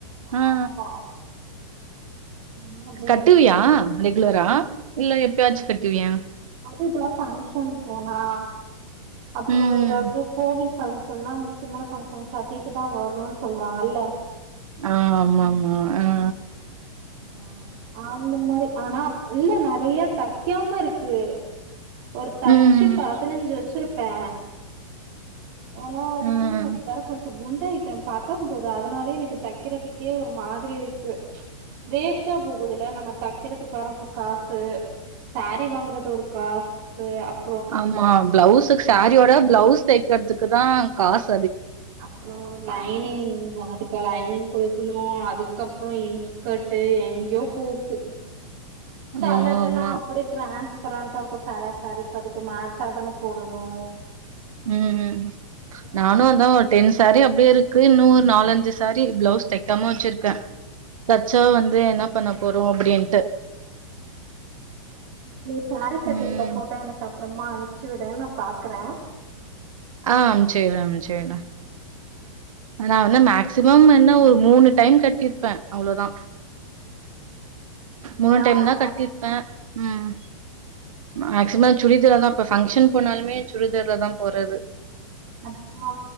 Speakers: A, on the right; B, on the right.
A: அ
B: ஆமா
A: ஆ
B: அதெல்லா அப்டியே
A: கட்டுவியா
B: வச்சிருக்கே
A: ரெகுலரா இல்ல எப்பயாச்சு கட்டுவியா
B: எதுனா பஃங்க்ஷன் போனா அப்புறம்
A: ம்.
B: ஏதாவது கோவில் ஃபங் சொன்னா முக்கியமான பஃங்க்ஷன் கட்டிட்டு தா வரணுன்னு சொல்லுவாங்கல்ல
A: ஆ ஆமா ஆமா ஆ
B: ம் ஆ இந்த மாரி ஆனாப் இல்லங்க றைய தெக்காமருக்கு ஒரு தச்சு
A: ம்,
B: பதனஞ்சு வச்சுருப் பே ஆனா அதுக்குள்ள
A: ம்.
B: நா தெர கொஞ்சோ குண்டாயிட் டே பத்தாம்போதுமன அத்னாலயே எனக்கு தக்கிறதுக்கே ஒரு மாத்ரி இருக்கு வேஸ்டா போகுதுல நம்ம தக்கிறதுக்கு வர காசு சாரி வாங்குறது ஒரு காசு அப்
A: ஆமா பிளவுஸுக் சாரியோட பிளவுஸ் தெக்கற்துக் துக்கு தா காஸ்
B: அப்றோ லைனிங் அதுக்கு லைனிங் குடுக்குணூ அதுக்கப்றோ இன்ஸ்கர்ட்டு எங்கேயோ போகுது செலதல்லா
A: ஆமா, ஆமா.
B: அப்டியே டிரான்ஸ்ப் ப்ரன்ட்டாருக்கூ செல சாரிக் அதுக்கு மேச்சாதான போடணூ
A: ம் நானூ
B: மாதிரி
A: அதா டென் சாரி அப்டியேருக்கு இன்னூ ஒரு நாலஞ்சு சாரி பிளவுஸ் தெக்காம வச்சிருக்கே தச்சா வந்து என்ன பண்ண போறோ அப்டின்ட்டு
B: நீ சாரி கட்டிருக்க
A: ம்.
B: ஃபோட்டோ எனக்கு அப் ப்றமா அனுப்ச்சு விடு நா பாக்குறே
A: ஆம் செரி அம் செரிடா நா வந்து
B: இன்னைக்குலா
A: மேக்சிமம் என்ன ஒரு மூணு டைம் கட்டிருப்பே அவ்ளோ தா
B: இன்னைக்குதா
A: மூணு டைம் தா
B: என்ன
A: கட்டிருப்பே ம் மேக்சிமம் சுடிதார் தா ஃபஸ்ட் ஃபங்க்ஷன் போனாலுமே சுடிதார்ல தா போறது
B: அதெல்லா